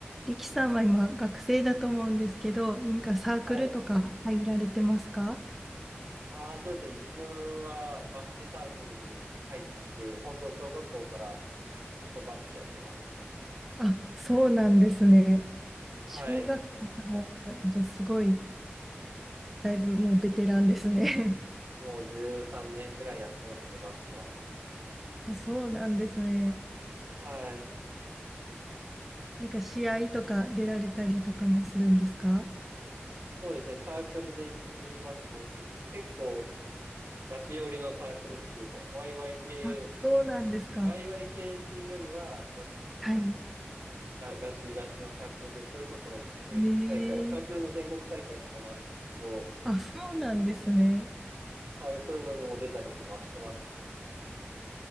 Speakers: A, in the centre; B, on the right (about 70°).
A: 力さんは今学生だと思うんですけど、何かサークルとか入られてますか
B: はい。ああ、そうですね。自分はバスケサークルに入っていて、本当小学校からずっとバスケやってますね。
A: あ、そうなんですね。小学校からだすごい、
B: はい。
A: だいぶもうベテランですね。
B: もう13年ぐらいやってますね、バスケは。
A: <laughs> あ、そうなんですね。
B: はい。
A: なんか試合とか出られたりとかもするんですか
B: そうですね。サークルで言いますと、け、結構ガチ寄りのサークルっていうか、ワイワイ系、
A: あ、そうなんですか。
B: ワイワイ系っていうよりは、割とその、
A: はい。
B: ガガチガチのサークルで、それこそ全国大会、
A: ええ
B: サークルの全国大会とかもあるんですけど、
A: あ、そうなんですね。
B: はい、そういうのにも出たりとかはしてますね。